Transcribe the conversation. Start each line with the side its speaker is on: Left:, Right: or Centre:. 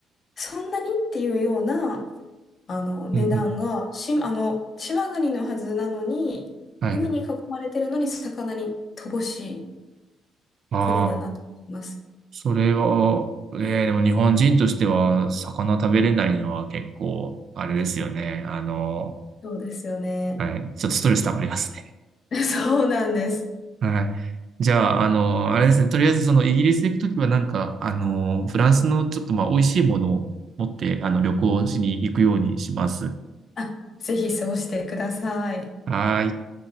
Left: そんなにっていうような、あの、値段が、
Right: うん、うん、
Left: し、あの、島国のはずなのに、
Right: はい。
Left: 海に囲まれてるのに魚に乏しい。
Right: ああ、
Left: 国だなと思います。
Right: それは、ええでも日本人としては、魚食べれないのは結構、あれですよね。あの、
Left: そうですよね。
Right: はい、ちょっとストレス溜まりますね。
Left: <laughs> そうなんです。
Right: はい。じゃあ、あの、あれですね。とりあえず、その、イギリス行くときは、なんか、あの、フランスのちょっと、まあ、美味しいものを持って、あの、旅行しに行くようにします。
Left: あ、ぜひそうしてください。
Right: はーい。